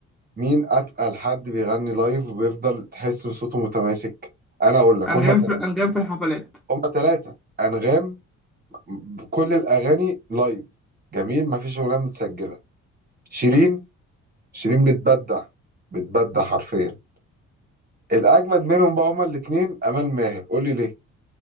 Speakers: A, on the right; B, in the centre.
A: مين أتقل حد بيغني لايف وبيفضل تحس إن صوته متماسك أنا أقول لك
B: أنغام
A: هما تلاتة
B: في أنغام في الحفلات
A: هما تلاتة أنغام بكل الأغاني لايف جميل مفيش أغنية متسجلة شيرين شيرين بتبدع بتبدع حرفيا الاجمد منهم بقى هما الاثنين امال ماهر قول لي ليه